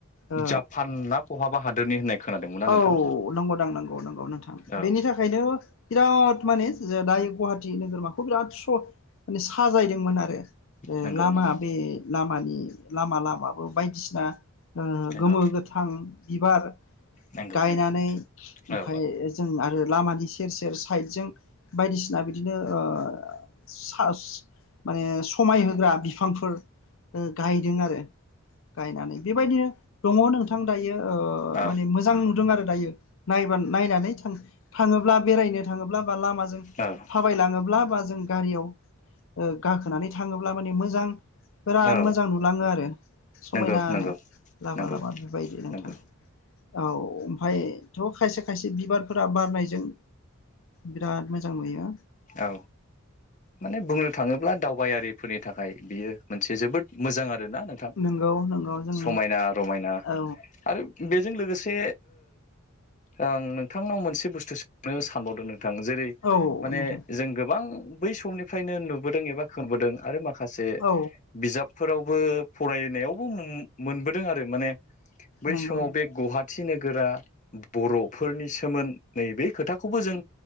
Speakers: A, on the left; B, on the left.
A: आ
B: जापान ना बहाबा हादोरनि होननाय खोनादोंमोन ना नोंथां
A: औ नंगौदां नंगौ नंगौ नोंथां
B: औ
A: बेनि थाखायनो बिराद माने दायो गुवाहाटि नोगोरमाखौ बिराद स माने साजायदोंमोन आरो। ओ
B: नंगौ
A: लामा
B: नंगौ
A: बे लामानि लामा लामा। बायदिसिना ओ
B: नंगौ
A: गोमो गोथां बिबार।
B: नंगौ
A: गायनानै
B: नंगौ
A: ओमफ्राय
B: औ
A: जों आरो लामानि सेर सेर साइद जों बायदिसिना बिदिनो ओ। माने समाय होग्रा बिफांफोर ओ गायदों आरो। गायनानै बेबायदिनो दङ नोंथां दायो ओ
B: औ औ
A: माने मोजां। नुदों आरो दायो नायनानै थाङोब्ला बेरायनो थाङोब्ला ब्ला
B: औ
A: थाबाय लांङोब्ला। जों गारियाव ओ गाखोनानै थाङोब्ला माने मोजां। बिराद
B: औ
A: मोजां नुलाङो आरो समायनानो।
B: नंगौ नंगौ
A: लामा
B: नंगौ
A: लामा बेबायदि नोंथां
B: नंगौ
A: औ ओमफ्रायथ' खाय से खायसे बिबारफोरा बारनायजों बिराद मोजां नुयो।
B: औ माने बुंनो थाङोब्ला दावबायारिफोरनि थाखाय बियो मोनसे जोबोद मोजां आरो नोंथां
A: नोंगौ नोंगौ जोंनो
B: समायना रमायना
A: औ
B: आरो बे। बजों लोगोसे आं नोंथांनाव मोनसे बुसथु सोंनो सानबावदों नों थां जेरै
A: औ
B: माने
A: नोंथां
B: जों गोबां बै समनिफ्रायनो नुबोदों एबा खोनबोदों आरो मा खासे
A: औ
B: बिजाबफोरावबो फरायनायावबो मोनबोदों आरो माने। बै
A: नंगौ
B: समाव बे गुवाहाट थि नोगोरा बर'फोरनि सोमोन नै बे खोथाखौबो जों